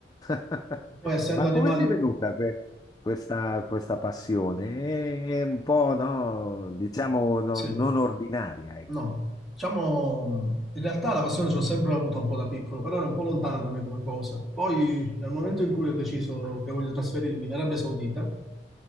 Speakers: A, on the left; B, in the centre.
A: <laughs>
B: E poi essendo
A: Ma
B: animali,
A: come ti è venuta que- questa, questa passione? È un po', no, diciamo, no-
B: Sì,
A: non ordinaria. ecco.
B: no, diciamo, in realtà la passione ce l'ho sempre avuta un po' da piccolo, però era un po' lontana da me come cosa. Poi, nel momento in cui ho deciso che voglio trasferirmi in Arabia Saudita,